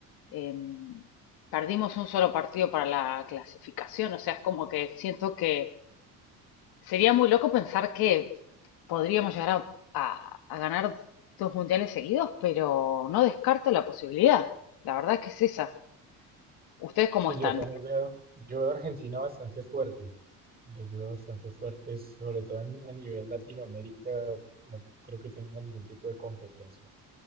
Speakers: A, on the left; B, on the right.
A: em, perdimos un solo partido para la clasificación, o sea, es como que siento que sería muy loco pensar que podríamos llegar a, a- a ganar dos mundiales seguidos, pero no descarto la posibilidad. La verdad es que es esa. ¿Ustedes cómo
B: Sí,
A: están?
B: yo también veo, yo veo a Argentina bastante fuerte, los veo bastante fuertes, sobre todo en- a nivel Latinoamérica, no creo que tengan ningún tipo de competencia.